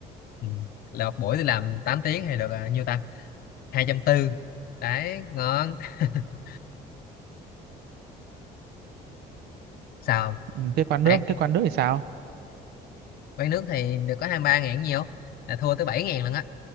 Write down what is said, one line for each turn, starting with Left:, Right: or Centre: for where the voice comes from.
Left: ừ. là một buổi tôi làm 8 tiếng thì được ờ, nhiêu ta hai trăm tư đấy ngon <laughs> sao
Right: Ừ, thế quán
Left: tháng
Right: nước, thế quán nước thì sao?
Left: quán nước thì được có 23 ngàn nhiều là thua tới 7 ngàn lần á